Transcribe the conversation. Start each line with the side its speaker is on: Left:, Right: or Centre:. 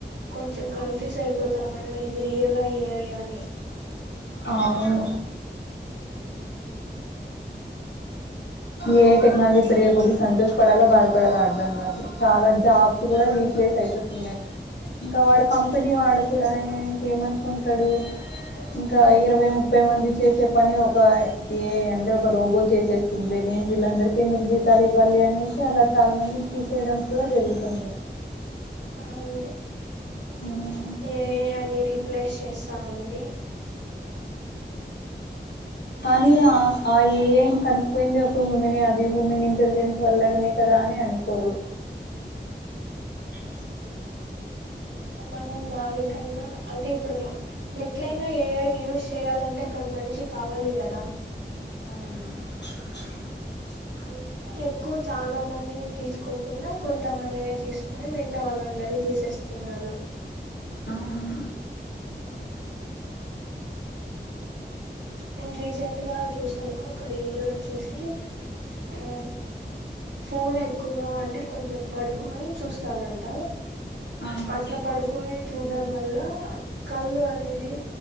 Right: కొంచెం కన్ఫ్యూజ్ అయిపోతాం మనం ఇది రియల్ ఆ ఏఐ ఆ అని
Left: ఔను ఏఐ టెక్నాలజీ పెరిగే కొద్దీ సంతోషపడాలో బాధపడాలో అర్థం కాదు చాలా జాబ్స్ కూడా రీప్లేస్ అయిపోతున్నాయి ఇంకా వాడు కంపెనీ వాడు కూడా ఇంకేమనుకుంటాడు ఇంకా ఇరవై ముప్పై మంది చేసే పని ఒక ఏఐ అంటే ఒక రోబో చేసేస్తుంది నేను వీళ్ళందరికీ ఎందుకు జీతాలు ఇవ్వాలి అనేసి అలా చాలా మంది తీసేయడం కూడా జరుగుతుంది
Right: అవును
Left: ఉమ్
Right: ఏఐ అన్ని రీ రీప్లేస్ చేస్తాంది
Left: కానీ ఆ ఆ ఏఐ ఏం కనుక్కోయింది ఒక హుమెనే అది హుమెన్ ఇంటెలిజెన్స్ వల్లనే కదా అని అనుకోరు ఏ <inaudible>
Right: మనం దానికన్నా అంటే ఇప్పుడు ఎట్లైనా ఏఐ ని యూజ్ చేయాలంటే ఇక్కడ మంచి కావాలి కదా
Left: ఆ
Right: అంటే ఎక్కువ చాలా మందిని తీసుకోకుండా కొంతమందినే తీసుకొని మిగతా వాళ్ళందరినీ తీసేస్తున్నారు
Left: ఔను
Right: నేను రీసెంట్ గా చూసాను ఒక రీలు వచ్చేసి ఆ ఫోన్ ఎక్కువ అంటే కొంచెం పడుకొని చూస్తారంట
Left: అవును
Right: అట్లా పడుకొని చూడడం వల్ల కళ్ళు అనేది